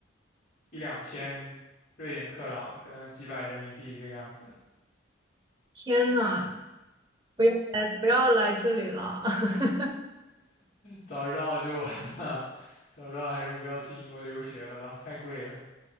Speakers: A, on the left; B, on the right.
A: 一两千瑞典克朗，可能几百人民币这个样子。
B: 天呐，不要来，不要来这里了。<laughs>
A: <laughs> 早知道就 <laughs> 早知道还是不要去英国留学了吧，太贵了。